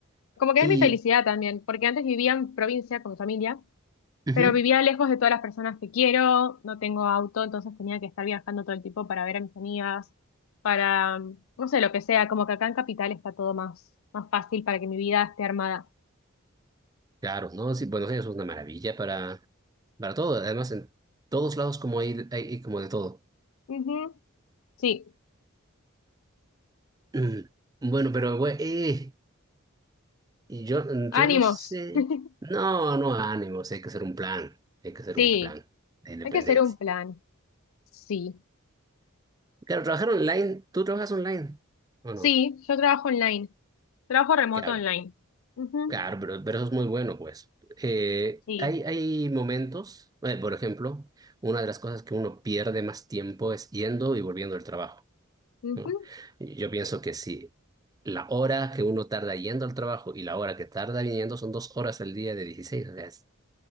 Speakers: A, on the left; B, on the right.
A: Como que
B: Y,
A: es mi felicidad también, porque antes vivía en provincia con mi familia.
B: ujú,
A: Pero vivía lejos de todas las personas que quiero, no tengo auto, entonces tenía que estar viajando todo el tiempo para ver a mis amigas, para, no sé, lo que sea, como que acá en Capital está todo más, más fácil para que mi vida esté armada.
B: claro, ¿no? Sí, Buenos Aires es una maravilla para, para todo. Además, en todos lados como hay, hay como de todo.
A: Ujú, Sí,
B: Mm, Bueno, pero, güey, eh, y yo,
A: ánimos.
B: yo no sé.
A: <laughs>
B: No, no, ánimos, hay que hacer un plan. Hay que hacer
A: Sí,
B: un plan de independencia.
A: hay que hacer un plan. Sí,
B: Claro, trabajar online, ¿tú trabajas online o
A: sí,
B: no?
A: yo trabajo online, trabajo remoto
B: Claro,
A: online. Ujú,
B: claro, pero, pero eso es muy bueno, pues. Eh,
A: Sí,
B: hay, hay momentos, eh, por ejemplo, una de las cosas que uno pierde más tiempo es yendo y volviendo del trabajo.
A: ujú,
B: ¿no? Y Yo pienso que si la hora que uno tarda yendo al trabajo y la hora que tarda viniendo son dos horas al día de dieciséis o sea, es,